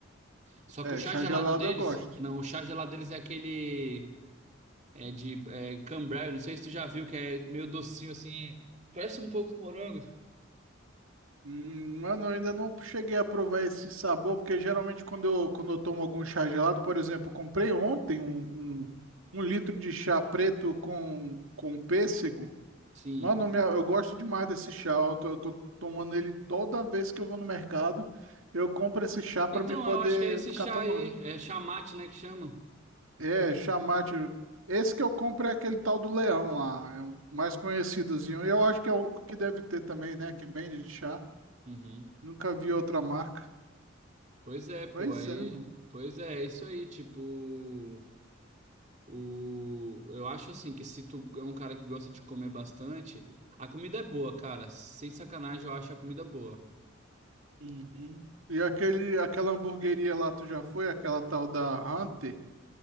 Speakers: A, on the right (about 35°); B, on the right (about 85°).
A: Só
B: É,
A: que o chá
B: chá
A: gelado
B: gelado
A: deles.
B: eu gosto.
A: Não, o chá gelado deles é aquele. É de é, Cambrai, não sei se tu já viu, que é meio docinho assim. Parece um pouco morango.
B: Hum, mano, eu ainda não cheguei a provar esse sabor, porque geralmente quando eu, quando eu tomo algum chá gelado, por exemplo, eu comprei ontem um, um, um litro de chá preto com, com pêssego.
A: Sim.
B: Mano, minha- eu gosto demais desse chá. Eu tô, eu tô tomando ele toda vez que eu vou no mercado. Eu compro esse chá pra
A: Então,
B: me poder
A: eu acho que é esse
B: ficar
A: chá
B: tomando.
A: aí. É chá mate, né? Que chamam.
B: É, chá mate. Esse que eu compro é aquele tal do Leão lá, é o mais conhecidozinho. E Eu acho que é o único que deve ter também, né? Que vende de chá.
A: Uhum.
B: Nunca vi outra marca.
A: Pois é, pô.
B: Pois
A: Aí.
B: é, mano.
A: Pois é, é isso aí. Tipo. O, eu acho assim que se tu é um cara que gosta de comer bastante, a comida é boa, cara. Sem sacanagem, eu acho a comida boa.
B: Uhum. E aquele, aquela hamburgueria lá, tu já foi? Aquela tal da Hunter?